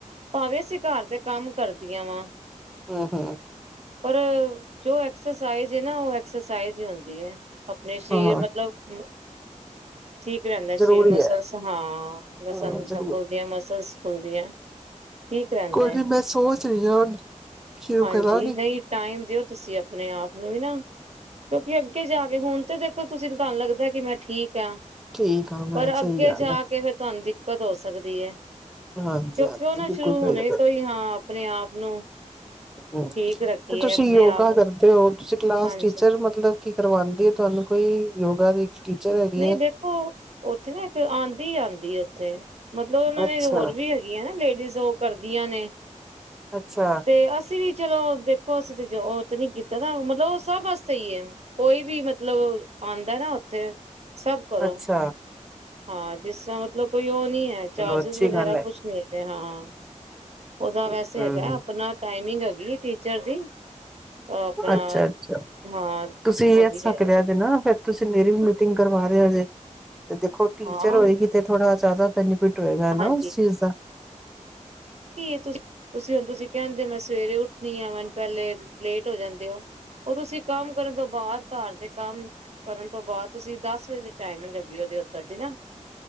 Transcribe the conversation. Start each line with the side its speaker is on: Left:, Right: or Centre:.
Right: ਭਾਵੇਂ ਅਸੀਂ ਘਰ ਤੇ ਕੰਮ ਕਰਦੀਆਂ ਵਾਂ,
Centre: ਹਮ-ਹਮ।
Right: ਪਰ ਜੋ ਐਕਸਰਸਾਈਜ਼ ਹੈ ਨਾ ਉਹ ਐਕਸਰਸਾਈਜ਼ ਹੀ ਹੁੰਦੀ ਏ ਆਪਣੇ ਸਰੀਰ
Centre: ਹਾਂ
Right: ਮਤਲਬ ਠੀਕ ਰਹਿੰਦਾ
Centre: ਜ਼ਰੂਰੀ
Right: ਸ਼ਰੀਰ ਮਸਲਸ
Centre: ਹੈ
Right: ਹਾਂ। ਲਸਾਂ
Centre: ਹਾਂ
Right: ਲਸਾਂ
Centre: ਜ਼ਰੂਰ
Right: ਫੁਲਦੀਆਂ ਮ ਸਰ ਸਕੂਲ ਦੀਆਂ ਠੀਕ ਰਹਿੰਦਾ
Centre: ਕੋਈ
Right: ਹੈ
Centre: ਨੀ ਮੈਂ ਸੋਚ ਰਹੀ ਹਾਂ ਹੁਣ ਸ਼ੁਰੂ
Right: ਹਾਂਜੀ
Centre: ਕਰਾਂਗੀ
Right: ਨਹੀਂ ਟਾਈਮ ਦਿਓ ਤੁਸੀਂ ਆਪਣੇ ਆਪ ਨੂੰ ਵੀ ਨਾ ਕਿਉਂਕਿ ਅੱਗੇ ਜਾ ਕੇ ਹੁਣ ਤੇ ਦੇਖੋ ਤੁਸੀਂ ਤੁਹਾਨੂੰ ਲੱਗਦਾ ਕਿ ਮੈਂ ਠੀਕ ਆ।
Centre: ਠੀਕ ਆ ਮੈਂ
Right: ਪਰ ਅੱਗੇ
Centre: ਸਹੀ ਗੱਲ
Right: ਜਾ
Centre: ਹੈ
Right: ਕੇ ਫਿਰ ਤੁਹਾਨੂੰ ਦਿੱਕਤ ਹੋ ਸਕਦੀ ਐ। ਕਿਉਂਕਿ
Centre: ਹਾਂਜੀ ਹਾਂਜੀ
Right: ਉਹ ਨਾ
Centre: ਬਿਲਕੁਲ
Right: ਸ਼ੁਰੂ ਹੋਣੇ
Centre: ਸਹੀ
Right: ਤੋਂ ਹੀ ਹਾਂ ਆਪਣੇ ਆਪ ਨੂੰ
Centre: ਗੱਲ
Right: ਠੀਕ ਰੱਖੀਏ।
Centre: ਤੇ ਤੁਸੀਂ
Right: ਆਪਣੇ
Centre: ਯੋਗਾ
Right: ਆਪ ਨੂੰ
Centre: ਕਰਦੇ ਹੋ ਤੁਸੀਂ ਕਲਾਸ
Right: ਹਾਂਜੀ
Centre: ਟੀਚਰ ਮਤਲਬ ਕੀ ਕਰਵਾਉਂਦੀ ਹੈ ਤੁਹਾਨੂੰ ਕੋਈ ਯੋਗਾ ਦੀ ਟੀਚਰ ਹੈਗੀ
Right: ਨਹੀਂ
Centre: ਹੈ।
Right: ਦੇਖੋ ਉੱਥੇ ਨਾ ਇੱਕ ਆਉਂਦੀ ਆਉਂਦੀ ਉੱਥੇ ਮਤਲਬ ਉਹਨਾਂ
Centre: ਅੱਛਾ,
Right: ਨੇ ਹੋਰ ਵੀ ਨਾ ਲੇਡੀਜ਼ ਉਹ ਕਰਦੀਆਂ ਨੇ।
Centre: ਅੱਛਾ।
Right: ਤੇ ਅਸੀਂ ਵੀ ਚਲੋ ਦੇਖੋ ਅਸੀਂ ਤੇ ਉਹ ਤੇ ਨੀ ਕੀਤਾ ਨਾ ਮਤਲਬ ਉਹ ਸਭ ਵਾਸਤੇ ਹੀ ਹੈ। ਕੋਈ ਵੀ ਮਤਲਬ ਆਉਂਦਾ ਨਾ ਉੱਥੇ ਸਭ ਕਰੋ।
Centre: ਅੱਛਾ
Right: ਹਾਂ ਜਿਸ ਤਰ੍ਹਾਂ ਮਤਲਬ ਕੋਈ ਉਹ ਨਹੀਂ ਹੈ। ਚਾਰਜਿਸ
Centre: ਚਲੋ ਅੱਛੀ
Right: ਵਗੈਰਾ
Centre: ਗੱਲ ਹੈ
Right: ਕੁਛ ਨੀ ਹੈਗੇ ਹਾਂ ਉਹਦਾ ਵੈਸੇ
Centre: ਹਮ।
Right: ਹੈਗਾ ਆਪਣਾ। ਟਾਈਮਿੰਗ ਹੈਗੀ ਏ ਟੀਚਰ ਦੀ। ਆਪਣਾ
Centre: ਅੱਛਾ ਅੱਛਾ
Right: ਹਾਂ
Centre: ਤੁਸੀ
Right: ਹੈਗੀ
Centre: ਐਸ ਤਰਹਾ
Right: ਹੈ
Centre: ਕਰ ਜਯਾ ਜੇ ਨਾ ਫਿਰ ਤੁਸੀਂ ਮੇਰੀ ਵੀ ਮੀਟਿੰਗ ਕਰਵਾ ਦਿਆਂ ਜੇ ਤੇ ਦੇਖੋ ਟੀਚਰ
Right: ਹਾਂ
Centre: ਹੋਏਗੀ ਤੇ ਥੋੜਾ ਜ਼ਿਆਦਾ ਬੈਨੀਫਿਟ ਹੋਗਾ ਨਾ
Right: ਹਾਂਜੀ
Centre: ਉਸ ਚੀਜ਼ ਦਾ।
Right: ਕੀ ਏ ਤੁਸੀ ਹੁਣ ਤੁਸੀ ਕਹਿੰਦੇ ਓ ਮੈਂ ਸਵੇਰੇ ਉੱਠਣੀ ਆ ਮੈ ਪਹਿਲੇ ਲੇਟ ਹੋ ਜਾਂਦੇ ਓ। ਉਹ ਤੁਸੀਂ ਕੰਮ ਕਰਨ ਤੋਂ ਬਾਅਦ ਘਰ ਦੇ ਕੰਮ ਕਰਨ ਤੋਂ ਬਾਅਦ ਤੁਸੀਂ ਦਸ ਵਜੇ ਦੀ ਟਾਈਮਿੰਗ ਹੈਗੀ ਏ ਓਹਦੀ ਉੱਧਰ ਦੀ ਨਾ।